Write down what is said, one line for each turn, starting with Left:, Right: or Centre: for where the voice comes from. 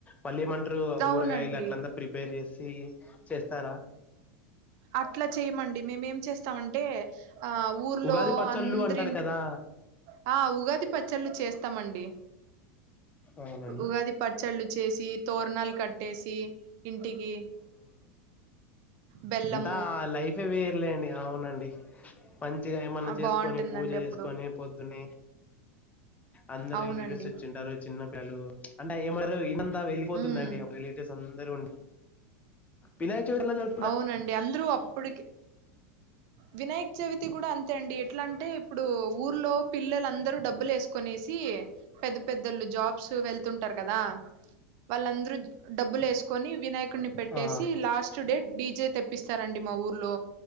Left: మళ్లీ ఏమంట్రరు
Right: అవునండి
Left: ఊరగాయలు అట్లంతా ప్రిపేర్ చేస ఈ చేస్తారా
Right: అట్లా చేయమండి మేము ఏం చేస్తామంటే, ఆ ఊర్లో
Left: ఉగాది పచ్చళ్ళు
Right: అందరింట్ల్
Left: అంటారు కదా
Right: ఆ ఉగాది పచ్చళ్ళు చేస్తామండి,
Left: అవునండి
Right: ఉగాది పచ్చళ్ళు చేసి తోరణాలు కట్టేసి ఇంటికి బెల్లం
Left: ఆ లైఫే వేర్లేండి అవునండి. మంచిగా ఏమన్నా
Right: ఆ
Left: చేసుకొని,
Right: బాగుంటుందండి
Left: పూజ
Right: అప్పుడు
Left: చేసుకొని పొద్దునే అందరు
Right: అవునండి
Left: రిల్ రిలెస్ వచ్చింటారు, చిన్న పేలు అంటే ఏ మరు ఇనం త వెళ్లిపోతుందండి
Right: ఉమ్
Left: అప్ రిలేేటివ్స్ అందరుండి. వినాయ్ చవితి ఎలా జర్ పున
Right: అవునండి అందరూ అప్పుటికి వినయ్ చవితి కూడా అంతే అండి ఎట్లాంటే ఇప్పుడు, ఊర్లో పిల్లలందరూ డబ్ బ్బుల్ ఏసుకొనేసి పెద్ద్ పెద్దోలు జాబ్స్ వెళ్తుంటారు కదా వాళ్ళందరూ డబ్బులేస్ కొని వినాయకున్ని పెట్టేసి,
Left: ఆ
Right: లాస్ స్టుడెడ్ డీజే తెప్పిస్తారండి మా ఊర్ లో